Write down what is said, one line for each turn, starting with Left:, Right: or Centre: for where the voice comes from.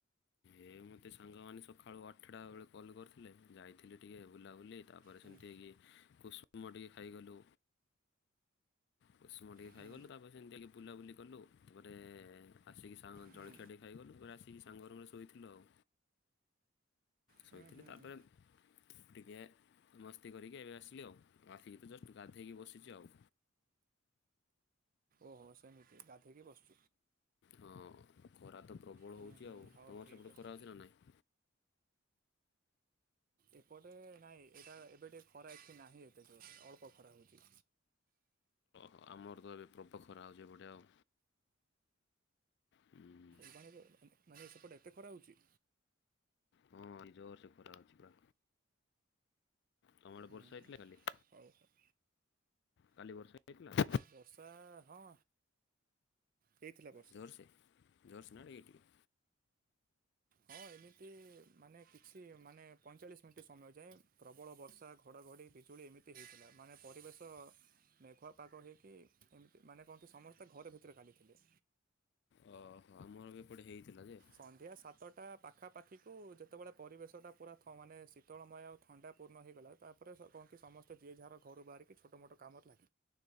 Left: ଏ ମୋତେ ସାଙ୍ଗମାନେ ସକାଳୁ ଆଠଟା ବେଳେ କଲ୍ କରିଥିଲେ, ଯାଇଥିଲି ଟିକିଏ ବୁଲାବୁଲି ତାପରେ
Right: ହୁଁ
Left: ସେମିତି ୟେ କୁଷୁମ ଟିକେ ଖାଇଗଲୁ। କୁଷୁମ ଟିକେ
Right: ହୁଁ
Left: ଖାଇଗଲୁ ତାପରେ ସେମିତି ଯାଇକି ବୁଲାବୁଲି କଲୁ, ଗୋଟେ ଆସିକି ସା ଜଳଖିଆ
Right: ହୁଁ
Left: ଟିକେ ଖାଇଗଲୁ ପୁରା ଆସିକି ସାଙ୍ଗ ରୁମ୍ ରେଶୋଇଥିଲୁ ଆଉ। ଶୋଇଥିଲି
Right: ହୁଁ ହୁଁ
Left: ତାପରେ ଟିକିଏ ମସ୍ତି କରିକି ଏବେ ଆସିଲି ଆଉ ଆସିକି ତ ଜଷ୍ଟ ଗାଧେଇକି ବସିଛି ଆଉ।
Right: ଓହୋ ସେମିତି ଗାଧେଇ କି ବସିଛ।
Left: ହ ହଁ ଖରା ତ ପ୍ରବଳ
Right: ହୁଁ
Left: ହେଉଛି
Right: ହୁଁ
Left: ଆଉ
Right: ହଉ
Left: ତୁମର
Right: ଠିକ୍
Left: ସେପଟେ
Right: ଅଛି।
Left: ଖରା ହୋଉଛି ନା ନାହିଁ।
Right: ଏପଟେ ନାହିଁ ଏଇଟା ଏବେ ଟିକେ ଖରା ଏଠି ନାହିଁ ଏତେ ଜୋରେ ଅଳ୍ପ ଖରା ହେଉଛି।
Left: ହଁ ଆମର ତ ଏବେ ପ୍ରବଳ ଖରା ହୋଉଛି ଏପଟେ ଆଉ। ହୁଁ
Right: ମାନେ ମାନେ ସେପଟେ ଏତେ ଖରା ହଉଛି?
Left: ହଁ ଏ ଜୋର ସେ ଖରା ହୋଉଛି ପା, ତମ ଆଡ଼େ
Right: ହୁଁ
Left: ବର୍ଷା ହେଇଥିଲା
Right: ହୁଁ
Left: କାଲି?
Right: ହଉ ହଉ।
Left: କାଲି ବର୍ଷା ହେଇଥିଲା?
Right: ବର୍ଷା ହଁ। ହେଇଥିଲା ବର୍ଷା
Left: ଜୋର ସେ ଜୋରସେ ନା ଟିକେ ଟିକେ?
Right: ହଁ ଏମିତି ମାନେ କିଛି ମାନେ ପଇଁଚାଳିଶ ମିନିଟ୍ ସମୟ ଯାଏଁ ପ୍ରବଳ ବର୍ଷା ଘ ଘଡ଼ଘଡ଼ି ବିଜୁଳି ଏମିତି ହେଇଥିଲା, ମାନେ ପରିବେଶ ମେଘୁଆ ପାଗ ହେଇକି ଏମିତି ମାନେ କହନ୍ତି ସମସ୍ତେ ଘର ଭିତରେ କାଲି ଥିଲେ।
Left: ଓ ହୋ ଆମର ବି ଏପଟେ ହେଇଥିଲା ଯେ।
Right: ସନ୍ଧ୍ୟା ସାତଟା ପାଖାପାଖିକୁ ଯେତେବେଳେ ପରିବେଶଟା ପୁରା ମାନେ ଶୀତଳମୟ ଆଉ ଥଣ୍ଡା ପୂର୍ଣ୍ଣ ହେଇଗଲା ତାପରେ କଣ କି ସମସ୍ତେ ଯିଏ ଯାହାର ଘରୁ ବାହାରିକି ଛୋଟ ମୋଟ କାମରେ ଲାଗି